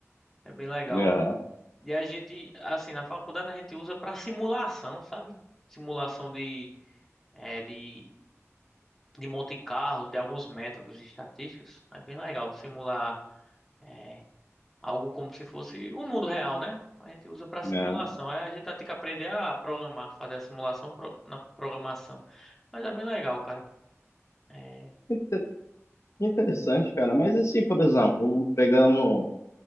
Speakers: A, in the centre; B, on the left.
A: É bem legal.
B: aham,
A: E a gente, assim, na faculdade a gente usa pra simulação, sabe? Simulação de, é, de, de Monte Carlo, de alguns métodos estatísticos. É bem legal simular. é, Algo como se fosse o mundo real, né? A gente usa para simulação.
B: aham.
A: É, a gente vai ter que aprender a programar, fazer a simulação pro- na programação. Mas é bem legal, cara. É,
B: Inte- Interessante, cara. Mas assim, por exemplo, pegando